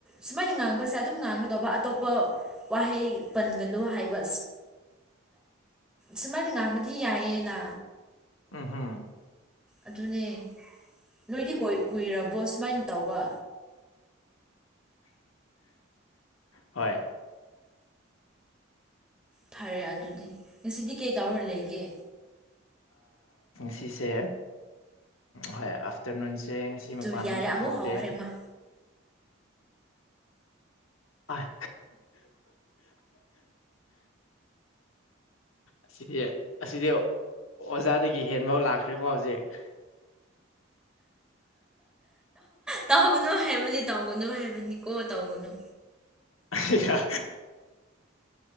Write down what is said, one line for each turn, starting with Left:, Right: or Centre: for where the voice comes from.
Centre: ꯁꯨꯃꯥꯏꯅ ꯉꯥꯡꯕꯁꯦ ꯑꯗꯨꯝ ꯉꯥꯡꯒꯗꯧꯕ ꯑꯇꯣꯞꯄ ꯋꯥꯍꯩ ꯄꯟꯒꯅꯣ ꯍꯥꯏꯕ ꯁꯨꯃꯥꯏꯅ ꯉꯥꯡꯕꯗꯤ ꯌꯥꯏꯌꯦꯅ
Left: ꯎꯝꯍꯨꯝ
Centre: ꯑꯗꯨꯅꯦ ꯅꯣꯏꯗꯤ ꯀ ꯀꯨꯏꯔꯕꯣ ꯁꯨꯃꯥꯏꯅ ꯇꯧꯕ
Left: ꯍꯣꯏ
Centre: ꯐꯔꯦ ꯑꯗꯨꯗꯤ ꯉꯁꯤꯗꯤ ꯀꯩ ꯇꯧꯔ ꯂꯩꯒꯦ
Left: ꯁꯤꯁꯦ ꯍꯣꯏ ꯑꯥꯐꯇꯔꯅꯨꯟ ꯁꯦ ꯉꯁꯤ ꯃꯄꯥꯟ
Centre: ꯇꯨ ꯌꯥꯔꯦ
Left: ꯑꯃꯁꯨ
Centre: ꯑꯃꯨꯛ
Left: ꯊꯣꯛꯇꯦ
Centre: ꯍꯧꯈ꯭ꯔꯦ ꯃꯥ
Left: ꯑꯥꯏ ꯑꯁꯤꯗꯤ ꯑꯁꯤꯗꯤ ꯑꯣꯖꯥꯗꯒꯤ ꯍꯦꯟꯕꯥꯎ ꯂꯥꯛꯈ꯭ꯔꯦꯀꯣ ꯍꯧꯖꯤꯛ ꯍ
Centre: ꯇꯧꯒꯅꯨ ꯍꯥꯏꯕꯅꯤ ꯇꯧꯒꯅꯨ ꯍꯥꯏꯕꯅꯤ ꯀꯣ ꯇꯧꯒꯅꯨ
Left: ꯑ